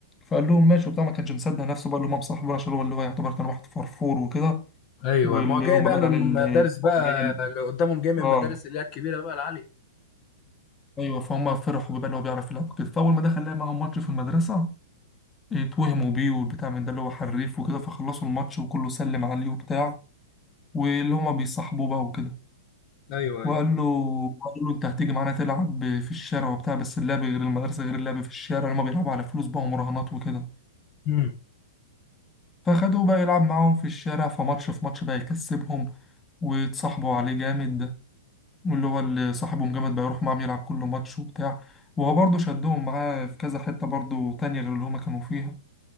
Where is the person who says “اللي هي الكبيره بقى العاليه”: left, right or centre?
Left